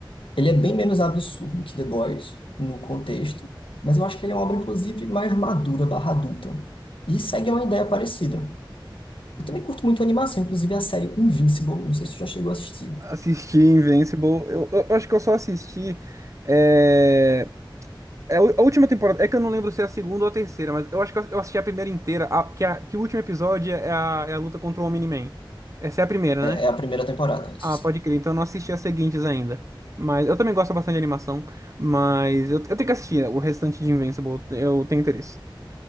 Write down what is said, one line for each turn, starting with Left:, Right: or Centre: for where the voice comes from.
Left: ele é bem menos absurdo que The Boys no contexto, mas eu acho que ele é uma obra, inclusive, mais madura, barra adulta. E segue uma ideia parecida. Eu também curto muito a animação, inclusive a série Invincible, não sei se tu já chegou a assistir.
Right: Assisti Invincible, eu, eu acho que eu só assisti. é, É, o- a última temporada, é que eu não lembro se é a segunda ou a terceira, mas eu acho que eu assisti a primeira inteira, a- que, a- que o último episódio é a, é a luta contra o Omni-Man. Essa é a primeira, né?
Left: É a primeira temporada, isso.
Right: Ah, pode
Left: sim.
Right: crer, então eu não assisti as seguintes ainda. Mas eu também gosto bastante de animação, mas eu, eu tenho que assistir o restante de Invincible, eu tenho interesse.